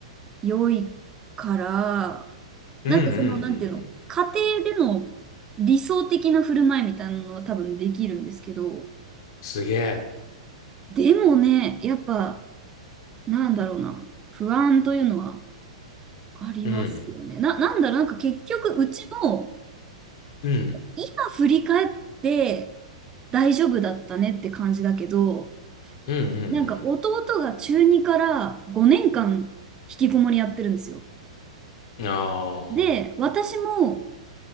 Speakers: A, on the right (about 20°); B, on the left (about 50°).
A: 良いから、
B: うんうんうんうん。
A: なんかその、なんていうの、家庭での理想的な振る舞いみたいなのは多分できるんですけど、
B: すげえ。
A: でもね、やっぱ、なんだろうな、不安というのはありますよね。
B: うん。
A: な、なんだろう、なんか結局、うちも、
B: うん。
A: 今振り返って大丈夫だったねって感じだけど、
B: うんう
A: なんか弟が中2から5年間引
B: ん
A: きこもりやってるんですよ。
B: うん。ああ。
A: で、私も、